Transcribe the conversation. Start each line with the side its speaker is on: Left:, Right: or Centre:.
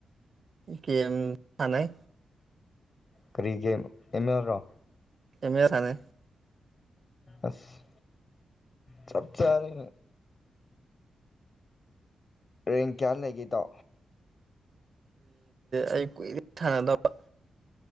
Right: ꯀꯦꯝ ꯊꯥ ꯅꯥꯏ
Left: ꯀꯔꯤꯒꯤ ꯑꯦꯝ ꯑꯦꯜꯔꯣ
Right: ꯑꯦꯃꯦ ꯑꯦ ꯊꯥꯅꯦ
Left: ꯑꯁ ꯆꯠꯆꯔ ꯔꯦꯡ ꯀꯌꯥ ꯂꯩꯒꯦꯗꯣ
Right: ꯑꯩ ꯀꯨꯏꯦ ꯁꯥꯟꯅꯗꯕ